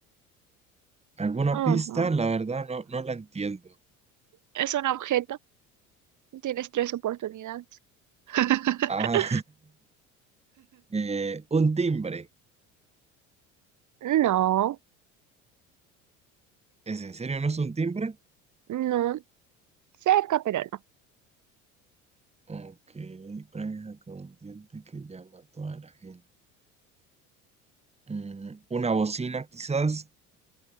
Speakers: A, on the right; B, on the right.
A: ¿Alguna
B: Ujú.
A: pista? La verdad no, no la entiendo.
B: Es un objeto. Tienes tres oportunidades. <laughs>
A: Ah, <laughs> eh, un timbre.
B: No,
A: ¿Es en serio? ¿No es un timbre?
B: no. Cerca, pero no.
A: Ok, una vieja con un diente que llama a toda la gente. Mm, una bocina quizás.